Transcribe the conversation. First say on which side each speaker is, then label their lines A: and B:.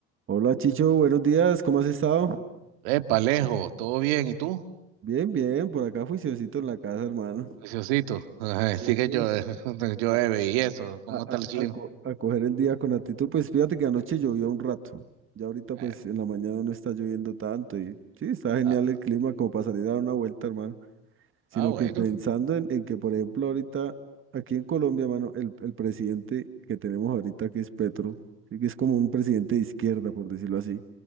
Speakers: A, on the right; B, on the right.
A: Hola Chicho, buenos días, ¿cómo has estado?
B: Epa, Alejo, ¿todo bien? ¿Y tú?
A: Bien, bien, por acá juiciosito en la casa, hermano.
B: Preciosito. <laughs> Ajá,
A: Sí.
B: Sí que yo, <laughs> llueve
A: A,
B: y eso. ¿Cómo
A: a-
B: está
A: a-
B: el clima?
A: a co- a coger el día con actitud, pues fíjate que anoche llovió un rato, ya ahorita
B: Eh,
A: pues en la mañana no está lloviendo tanto y sí, está genial
B: ah,
A: el clima como para salir a dar una vuelta, hermano, sino
B: ah, bueno.
A: que pensando en, en que, por ejemplo, ahorita aquí en Colombia, hermano, el, el presidente que tenemos ahorita que es Petro, sí que es como un presidente de izquierda, por decirlo así.